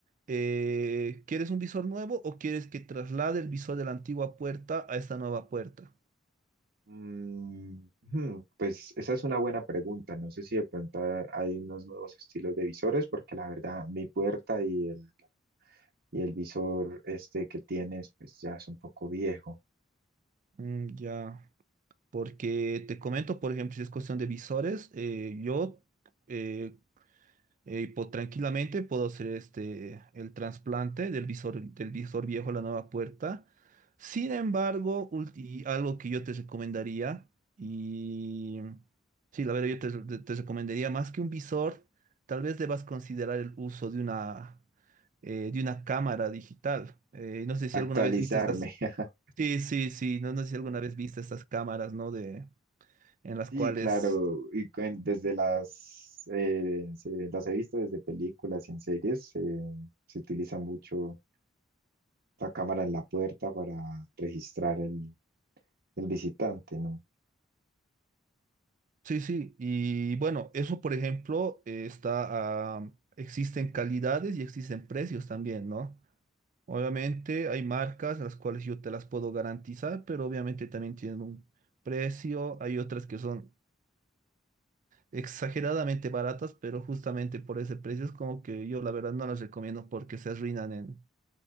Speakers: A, on the right; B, on the right.
A: Eh, ¿quieres un visor nuevo o quieres que traslade el visor de la antigua puerta a esta nueva puerta?
B: Mm, hmm, pues esa es una buena pregunta. No sé si de pronto ha- hay unos nuevos estilos de visores, porque la verdad mi puerta y el, y el visor este que tienes pues ya es un poco viejo.
A: Mm, ya, porque te comento, por ejemplo, si es cuestión de visores, eh, yo, eh, eh, y po- tranquilamente puedo hacer este, el trasplante del visor, del visor viejo a la nueva puerta. Sin embargo, ulti- algo que yo te recomendaría, y sí, la verdad yo te, te- te recomendaría más que un visor, tal vez debas considerar el uso de una, eh, de una cámara digital. Eh, no sé si
B: Actualizarme.
A: alguna vez viste estas...
B: <laughs>
A: Sí, sí, sí, no, no sé si alguna vez viste estas cámaras, ¿no? De, en las
B: Sí,
A: cuales
B: claro, y cuen- desde las, eh, se- las he visto desde películas y en series, eh, se utiliza mucho la cámara en la puerta para registrar el, el visitante, ¿no?
A: Sí, sí, y bueno, eso por ejemplo eh, está, ah, existen calidades y existen precios también, ¿no? Obviamente hay marcas las cuales yo te las puedo garantizar, pero obviamente también tienen un precio, hay otras que son exageradamente baratas, pero justamente por ese precio es como que yo la verdad no las recomiendo porque se arruinan en,